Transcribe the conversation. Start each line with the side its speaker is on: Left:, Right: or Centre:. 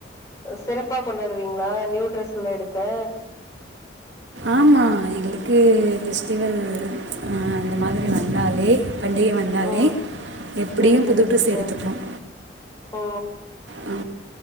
Left: சிறப்பா கொண்டாடுவீங்களா நியூட்ரெஸ்ல்லாம் எடுத்து
Right: ஆமா எங்களுக்கு ஃபெஸ்ட்டிவல் ஆ இந்த மாரி வந்தாலே பண்டிகை வந்தாலே
Left: ம்
Right: எப்டியும்
Left: செரி செரிங்க
Right: புது டிரெஸ்
Left: சிஸ்டர்
Right: எடுத்துப்போம்
Left: ஓ
Right: ஆ